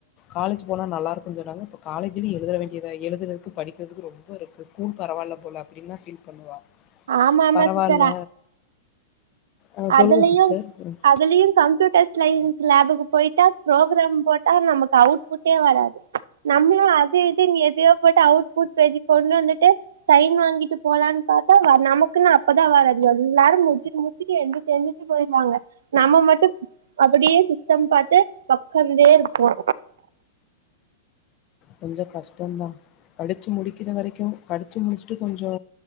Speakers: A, on the left; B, on the right.
A: காலேஜ் போனா நல்லாருக்கு சொன்னாங்க இப்ப காலேஜுலயு எழுதுற வேண் டியத எழுதுறதுக்கு படிக்கிறதுக்கு ரொம்ப இருக்கு ஸ்கூல் பரவால்ல போல அப்டின்ல்லா ஃபீல் பண்ணுவா
B: ஆமாமா
A: பரவால்ல
B: சிஸ்டர் அ
A: அ சொல்லுங்க
B: அதுலயு
A: சிஸ்டர். ம்
B: அதுலயு கம்ப்யூட்டர் ஸ்லைஸ் லேபுக்கு போயிட்டா ப்ரோக்ராம் போட்டா நமக்கு அவுட்புட்டே வராது நம்மளு அது இதுன் எதயோ போட்டு அவுட்புட் பேஜுக் கொண்டு வந்துட்டு சைன் வாங்கிட்டு போலான் பாத்தா வர் நமக் குன் அப்பதா வராது எல்லாரு மு ட்ச்சிட்டு மு ச்சிட்டு எந்திர்ச்சு எந்திர்ச்சு போயிடுவாங்க நம்ம மட்டு அப்புடியே சிஸ்டம் பாத்து ஒக்காந்துடே இருப்போ
A: கொஞ்ச கஷ்டந்தா படுச்சு முடிக்கிற வரைக்கு படுச்சு முடுச்சுட்டு கொஞ்சொ